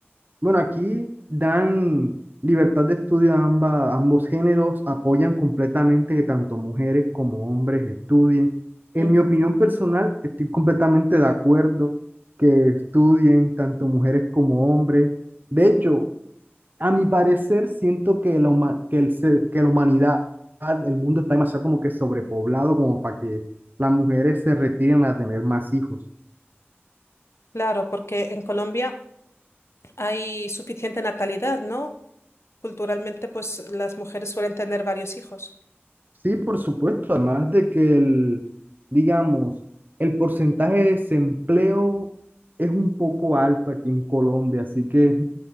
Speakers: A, on the right; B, on the left.
A: Bueno, aquí dan libertad de estudio a amba- ambos géneros, apoyan completamente que tanto mujeres como hombres estudien. En
B: Ujú.
A: mi opinión personal, estoy completamente de acuerdo que estudien tanto mujeres como hombres. De hecho, a mi parecer, siento que la, huma- que el ser- que la humanidad, el mundo está demasiado como que sobrepoblado como para que las mujeres se retiren a tener más hijos.
B: Claro, porque en Colombia hay suficiente natalidad, ¿no? Culturalmente, pues las mujeres suelen tener varios hijos.
A: Sí, por supuesto, además de que el, digamos, el porcentaje de desempleo es un poco alto aquí en Colombia, así que,